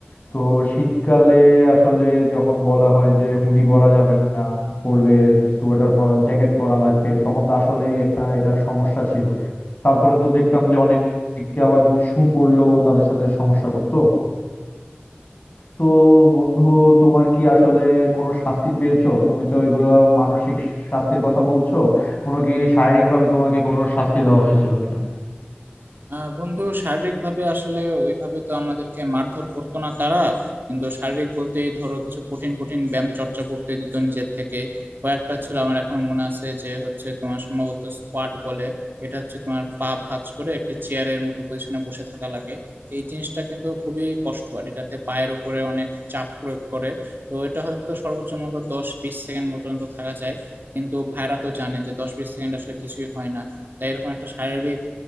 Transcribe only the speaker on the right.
আহ বন্ধু শারীরিক ভাবে আসলে ওইভাবে তো আমাদেরকে মারধর করতো না তারা কিন্তু শারীরিক বলতেই ধরো কিছু কঠিন কঠিন ব্যায়াম চর্চা করতে দিত নিজের থেকে কয়েকটা ছিল আমার এখনো মনে আছে যে হচ্ছে তোমার সম্ভবত স্কোয়াট বলে এটা হচ্ছে তোমার পা ভাঁজ করে একটি চেয়ারের মতো পজিশনে বসে থাকা লাগে এই জিনিসটা কিন্তু খুবই কষ্টকর এটাতে পায়ের উপরে অনেক চাপ প্রয়োগ করে তো এটা হয়তো সর্বোচ্চ মনে করো দশ বিশ সেকেন্ড মতো তো থাকা যায় কিন্তু ভাইরা তো জানে যে দশ বিশ সেকেন্ড আসলে কিছুই হয় না তাই এরকম একটা শারীরিক